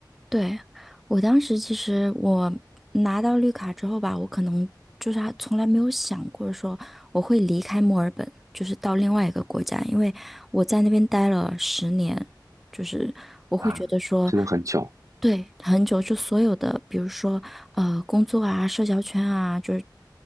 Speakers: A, in the centre; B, on the right.
A: 对，我当时其实我拿到绿卡之后吧，我可能就是还从来没有想过说我会离开墨尔本，就是到另外一个国家，因为我在那边待了十年，就是我会觉得说。
B: 啊，真的很囧。
A: 对，很久就所有的，比如说呃，工作啊、社交圈啊，就是